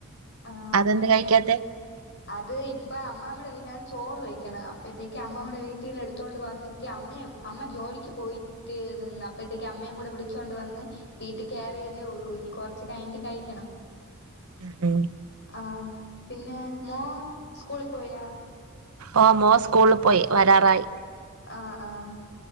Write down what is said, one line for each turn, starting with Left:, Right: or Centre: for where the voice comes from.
Left: ആഹ്
Right: അതെന്ത്
Left: പിന്നെ
Right: കഴിക്കാത്തെ?
Left: അത് ഇപ്പ അമ്മാമ്മേടെ വീട്ടിലാണ് ചോറ് വെയ്ക്കണേ. അപ്പഴേത്തേക്ക് അമ്മാമ്മേടെ വീട്ടീന്ന് എടുത്തോണ്ട് വന്നിട്ട്, അമ്മയെ. അമ്മ ജോലിക്ക് പോയിട്ട് നിന്ന് അപ്പഴേത്തേക്ക് അമ്മേയും കൂടെ വിളിച്ചോണ്ട് വന്ന്. വീട്ടി കേറിയതേ ഉള്ളൂ. ഇനി കൊറെച്ച് കഴിഞ്ഞിട്ട് കഴിക്കണം.
Right: ഉം ഉം
Left: ആഹ് പിന്നെ മോൻ സ്കൂളിൽ പോയാ?
Right: ഓഹ് മോൻ സ്കൂളിൽ പോയി. വെരാറായി.
Left: ആഹ് ആഹ്